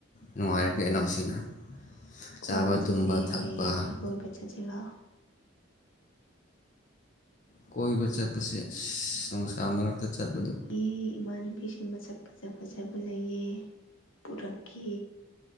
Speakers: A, on the left (about 40°); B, on the left (about 80°).
A: ꯅꯨꯡꯉꯥꯏꯔꯦ ꯀꯩꯅꫭ ꯁꯤꯅ
B: ꯀꯣꯏꯕ
A: ꯆꯥꯕ ꯇꯨꯝꯕ
B: ꯆꯠꯁꯦ
A: ꯊꯛꯄ
B: ꯍꯌꯦꯡꯅꯦ ꯀꯣꯏꯕ ꯆꯠꯁꯦ ꯂꯥꯛꯑꯣ
A: ꯀꯣꯏꯕ ꯆꯠꯄꯁꯦ ꯑꯁ ꯅꯨꯡꯁꯥ ꯃꯔꯛꯇ ꯆꯠꯄꯗꫭ
B: ꯑꯦ ꯏꯃꯥꯟꯅꯕꯤꯁꯤꯡ ꯃꯁꯛ ꯐꯖ ꯐꯖꯕ ꯂꯩꯌꯦ ꯄꯨꯔꯛꯀꯦ